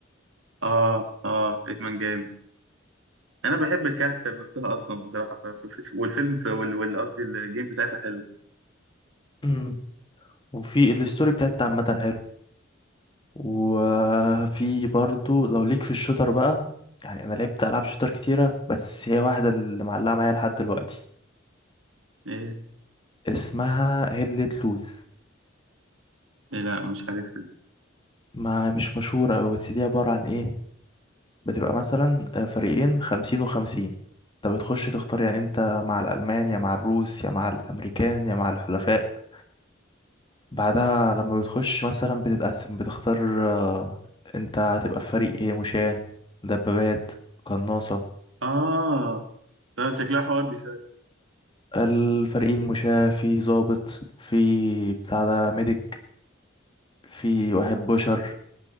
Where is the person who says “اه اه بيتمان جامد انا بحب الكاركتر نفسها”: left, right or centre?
Right